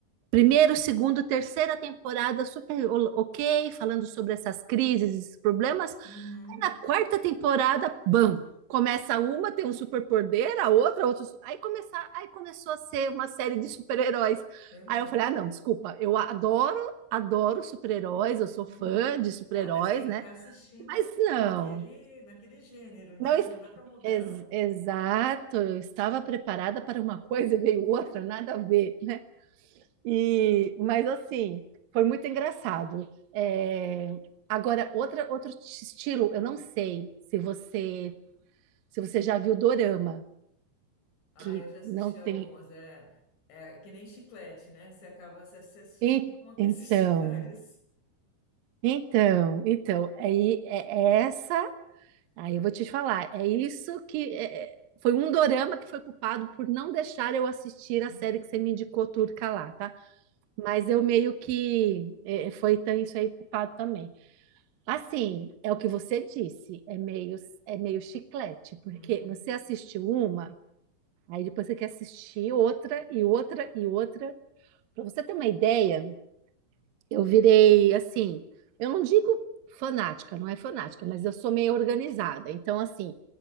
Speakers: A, on the right; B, on the left.
A: Primeiro, segundo, terceira temporada super o- ok, falando sobre essas crises, esses problemas.
B: Uhum.
A: Aí na quarta temporada, bam, começa uma, tem um superpoder, a outra, outro. su- Aí começar, aí começou a ser uma série de super-heróis.
B: Uhum.
A: Aí eu falei, ah, não, desculpa, eu adoro, adoro super-heróis, eu sou
B: Uhum.
A: fã de super-heróis,
B: É, mas tem que
A: né?
B: estar assistindo
A: Mas
B: na,
A: não,
B: naquele, naquele gênero, né?
A: não es-
B: Não dá para mudar.
A: ex- exato, eu estava preparada para uma coisa
B: Uhum.
A: e veio outra, nada a ver, né? E, mas assim, foi muito engraçado. É, agora, outra, outro estilo, eu não sei se você se você já viu Dorama,
B: Ah,
A: que
B: eu já assisti
A: não
B: algumas.
A: tem.
B: É, é que nem chiclete, né? Você acaba, você você assiste
A: E-
B: uma, quer
A: Então,
B: assistir <laughs> várias.
A: então, então, aí é é essa. Aí eu vou te falar. É isso que é, é, foi um dorama que foi culpado por não deixar eu assistir
B: Uhum.
A: a série que você me indicou, turca lá, tá? Mas eu meio que é, foi então, isso aí culpado também. Assim, é o que você disse, é meio, é meio chiclete, porque
B: Uhum.
A: você assiste uma, aí depois você quer assistir outra e outra e outra. Para você ter uma ideia, eu virei assim, eu não digo fanática, não é fanática, mas eu sou meio organizada. Então, assim,